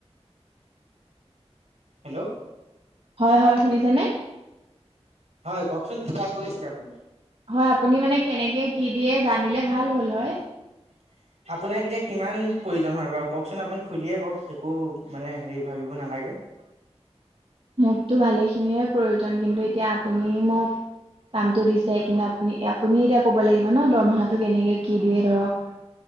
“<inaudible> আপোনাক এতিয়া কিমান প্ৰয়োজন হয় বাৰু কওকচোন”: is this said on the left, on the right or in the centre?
Right